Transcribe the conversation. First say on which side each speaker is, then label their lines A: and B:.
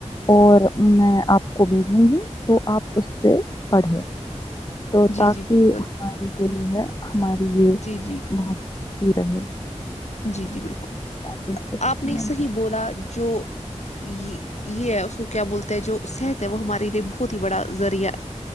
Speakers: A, on the left; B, on the left.
A: اور میں آپ کو بھیجوں گی تو آپ اس سے پڑھیں تو تاکہ
B: جی جی بالکل
A: ہماری ہوئے ہے ہمارے لیے
B: جی جی
A: بہت ہی رہے
B: جی جی بالکل
A: آپ دیکھ سکتی
B: آپ نے صحیح بولا جو یہ ہے اس کو کیا بولتے ہیں جو صحت ہے وہ ہمارے لیے بہت ہی بڑا ذریعہ